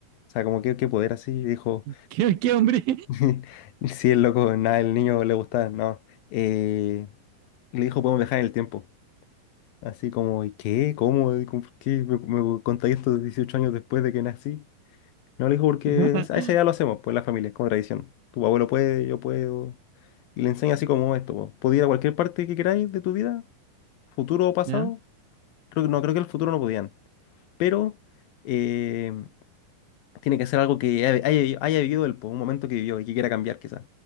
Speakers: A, on the left (about 85°); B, on the right (about 80°).
A: sea, como, ¿qué, qué poder así? Y dijo...
B: ¿Qué, qué hombre?
A: <laughs> Sí, el loco, nada, el niño le gustaba, no. Eh, le dijo, podemos viajar en el tiempo. Así como, ¿y ¿qué? ¿Cómo? ¿Y cómo- ¿Por qué me, me contáis esto 18 años después de que nací? No, le dijo, porque
B: <laughs>
A: es- a esa edad lo hacemos, pues en la familia, es como tradición. Tu abuelo puede, yo puedo. Y le enseña así como esto, po. Podía ir a cualquier parte que queráis de tu vida, futuro o pasado.
B: ¿Ya?
A: Creo que no, creo que el futuro no podían. Pero eh, tiene que ser algo que haya, haya haya vivido él, por un momento que vivió y que quiera cambiar, quizás.